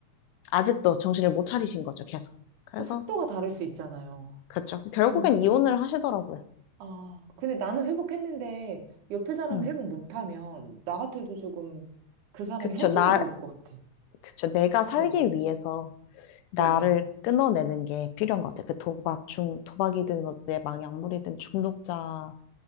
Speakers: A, on the left; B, on the right.
A: 아직도 정신을 못 차리신 거죠, 계속. 그래서,
B: 또 속도가 다를 수 있잖아요.
A: 그쵸. 결국엔
B: 음.
A: 이혼을 하시더라고요.
B: 아, 근데 나는 회복했는데 옆에 사람이
A: 음.
B: 회복 못하면 나 같아도 조금 그 사람이
A: 그쵸.
B: 한심해
A: 나,
B: 보일 것 같아.
A: 그쵸. 내가 살기
B: 네,
A: 위해서. 나를
B: 네,
A: 끊어내는 게 필요한 것 같아. 그 도박, 중, 도박이든 뭐 내 막약물이든 중독자가